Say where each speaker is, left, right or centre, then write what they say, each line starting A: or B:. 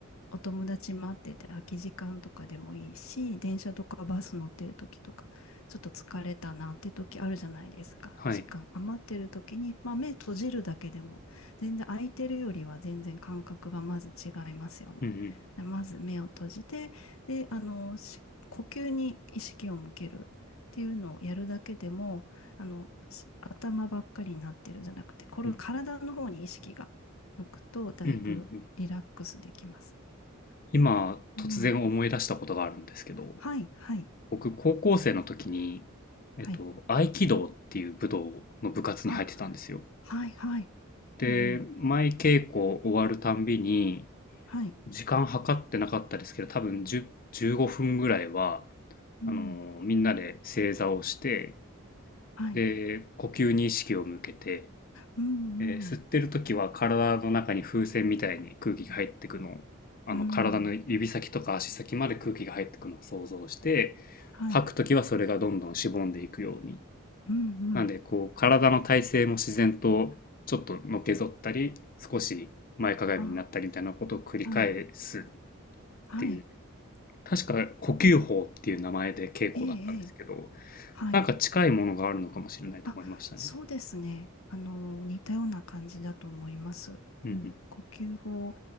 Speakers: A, on the left; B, on the left.
A: お友達待ってて空き時間とかでもいいし、電車とかバス乗ってる時とか、ちょっと疲れたなって時あるじゃないですか。
B: はい。
A: 時間余ってる時に、まあ目閉じるだけでも、全然空いてるよりは全然感覚がまず違いますよね。
B: うんうん。
A: でまず目を閉じて、で、あの、し呼吸に意識を向けるっていうのをやるだけでも、あの、し頭ばっかりになってるんじゃなくて、これを体の方に意識が向くと、
B: うん
A: だいぶリラックスできます。
B: うんうんうん。今、
A: うん。
B: 突然思い出したことがあるんですけど、
A: はい、はい、
B: 僕、高校生の時に、えっと、
A: はい。
B: 合気道っていう武道の部活に入ってたんですよ。
A: あ、はい、はい。
B: で、
A: うん、うん。
B: 毎稽古終わるたんびに、
A: はい。
B: 時間計ってなかったですけど、多分10、15分ぐらいは、
A: うん、
B: あのーみんなで正座をして、
A: はい。
B: で、呼吸に意識を向けて、
A: うん、うん。
B: えー吸ってる時は体の中に風船みたいに空気が入ってくのを、あの、
A: うん、
B: 体の指先とか足先まで空気が入ってくのを想像して、
A: はい。
B: 吐く時はそれがどんどんしぼんでいくように。
A: うん、
B: なんで、
A: うん。
B: こう、体の体勢も自然とちょっとのけぞったり、少し前かがみになったりみたいなことを繰り返すっ
A: ああ、はい、はい。
B: ていう確か呼吸法っていう名前で稽古だったんですけど、
A: ええ、ええ、はい。
B: なんか近いものがあるのかもしれないと思いましたね。
A: あ、そうですね。あの、似たような感じだと思います。
B: うん
A: うん。呼吸法